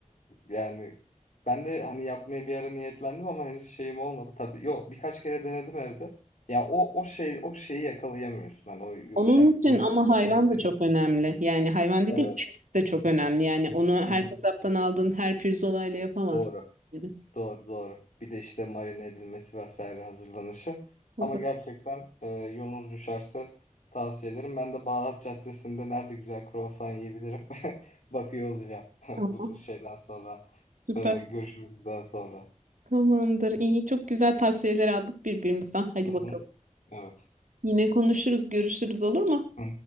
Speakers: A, on the left; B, on the right.
A: yani ben de hani yapmaya bir ara niyetlendim ama henüz şeyim olmadı. Tabii yok birkaç kere denedim evde. Ya o o şey o şeyi yakalayamıyorsun. Hani o yumuşak
B: Onun için
A: bilmiyorum
B: ama
A: artık
B: hayvan
A: o şeflerin.
B: da çok önemli. Yani hayvan dediğim
A: Evet.
B: et de çok önemli. Yani onu her
A: Hı hı.
B: kasaptan aldığın her pirzolayla yapamazsın.
A: Doğru.
B: Yani.
A: Doğru doğru. Bir de işte marine edilmesi vesaire hazırlanışı.
B: Baba,
A: Ama gerçekten e, yolunuz düşerse tavsiye ederim. Ben de Bağdat Caddesi'nde nerede güzel kruvasan yiyebilirim <laughs> bakıyor olacağım <laughs>
B: Tamam.
A: bu şeyden sonra
B: Süper.
A: e, görüşmemizden sonra.
B: Tamamdır. İyi. Çok güzel tavsiyeler aldık birbirimizden. Hadi
A: Hı hı.
B: bakalım.
A: Evet.
B: Yine konuşuruz, görüşürüz olur mu?
A: Hı.